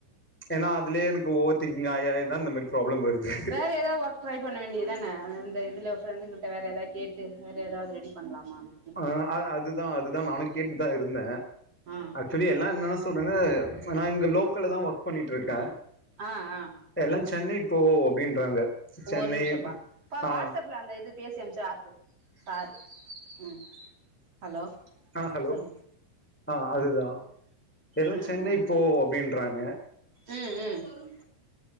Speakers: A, in the centre; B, on the right.
A: ஏனா அதுலயே எனக்கு ஓவர் திங்கிங் ஆயி ஆயிதா இந்த மாரி ப்ராப்ளம் வருது
B: வேற எதாவு ஒர்க் ட்ரை பண்ண வேண்டியதான இந்த இதுல ஃப்ரெண்டுகிட்ட வேற ஏதாது கேட்டு வேற ஏதாது ரெடி பண்லாமானு
A: ஆ ஆ அதுதா அதுதா நானு கேட்டுதா இருந்த
B: ஆ
A: சொரிய எல்லா என்னன்ன சொல்றாங்க நா இங்க லோக்கல்ல தா ஒர்க் பண்ணிட்ருக்க
B: ஆ ஆ
A: எல்லா சென்னை போ அப்டின்றாங்க சென்னை
B: ஒரு நிம்ஷம்பா கா
A: ஆ
B: வாட்ஸ்அப்ல அந்த இது பேசி அம்ச்ச ஆப்பு சாரு ம் ஹலோ
A: ஆ ஹலோ
B: சொல்லுங்க
A: ஆ அதுதா எல்லா
B: ம்
A: சென்னை
B: ம்
A: போ அப்டின்றாங்க
B: ம் ம்